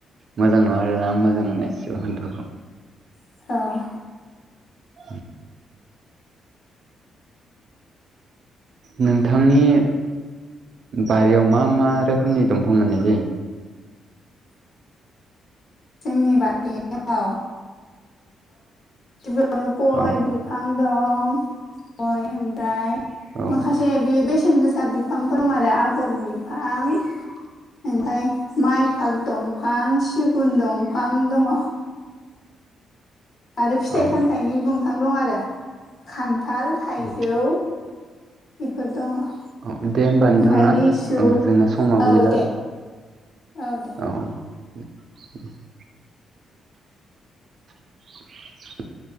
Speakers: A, on the right; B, on the left.
A: मोजां नङा आरोना आं मोजां मोना एासबो खान्थालखौ
B: <inaudible>
A: <inaudible> नोंथांनि बारियाव मा मा रोखोमनि दंफां मोननाय जायो
B: जोंनि बाथयाव गबियावनो गय
A: औ
B: बिफां दं गय ओमफ्राय
A: औ
B: एसे बे बेसेन गोसा बिफांफोर दं आरो आगर बिफां ओमफफ्राय माइ फाग दंफां सिगुन दंफां दङ आरो फिथाइ
A: औ
B: सामथायाइनि दंफां दं आरो खान्थाल थाइजौ
A: औ
B: बेफोर दङ ओमफफ्राय
A: औ दे होमबा नोंथां ना?
B: लिसु
A: ओ जोंना समाबो
B: औ
A: गैला
B: दे औ द
A: औ <inaudible>